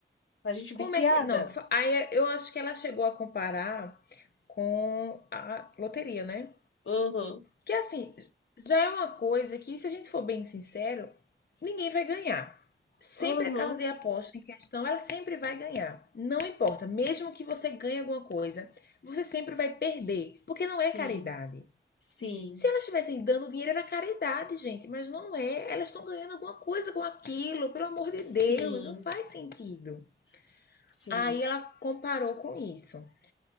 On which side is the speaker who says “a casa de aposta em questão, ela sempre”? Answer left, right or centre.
Left